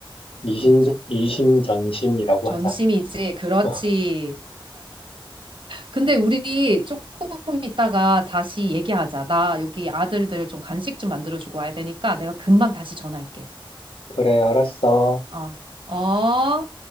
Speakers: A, on the left; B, on the right.
A: 이심,
B: 진짜.
A: 이심전심이라고
B: 전심이지.
A: 하자.
B: 그렇지.
A: 어,
B: 근데 우리 조금 있다가 다시 얘기하자. 나 여기 아들들 좀 간식 좀 만들어주고 와야 되니까 내가 금방 다시 전화할게.
A: 그래, 알았어.
B: 어, 어.